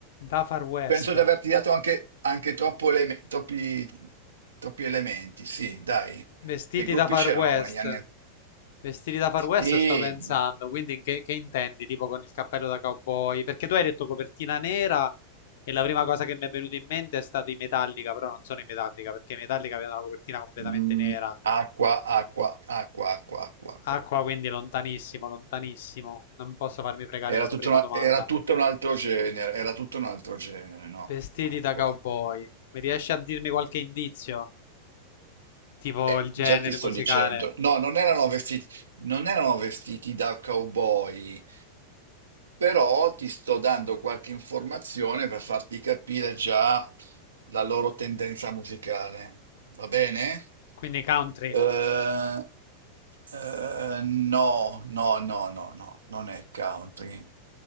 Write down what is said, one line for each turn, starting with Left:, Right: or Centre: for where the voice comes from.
Left: Da Far West.
Right: Penso di averti dato anche, anche troppo eleme- troppi, troppi elementi, sì, dai.
Left: Vestiti
Right: Che gruppi
Left: da Far
Right: c'erano
Left: West.
Right: negli anni...
Left: Vestiti da Far
Right: Sì,
Left: West sto pensando, quindi in che, che intendi? Tipo con il cappello da cowboy? Perché tu hai detto copertina nera e la prima cosa che mi è venuta in mente è stato i Metallica, però non sono i Metallica, perché i Metallica avevano la copertina completamente
Right: Mm,
Left: nera.
Right: acqua, acqua, acqua, acqua, acqua, acqua.
Left: Acqua quindi lontanissimo, lontanissimo. Non posso farmi fregare
Right: Era
Left: con
Right: tutto,
Left: la prima
Right: una-
Left: domanda.
Right: era tutto un altro genere, era tutto un altro genere, no?
Left: Vestiti
Right: Acqua.
Left: da cowboy. Mi riesci a dirmi qualche indizio? Tipo
Right: Eh,
Left: il genere
Right: già ti sto
Left: musicale.
Right: dicendo. No, non erano vestiti, non erano vestiti da cowboy, però ti sto dando qualche informazione per farti capire già la loro tendenza musicale. Va bene?
Left: Quindi country.
Right: Eh, eh, no, no, no, no, no, non è country.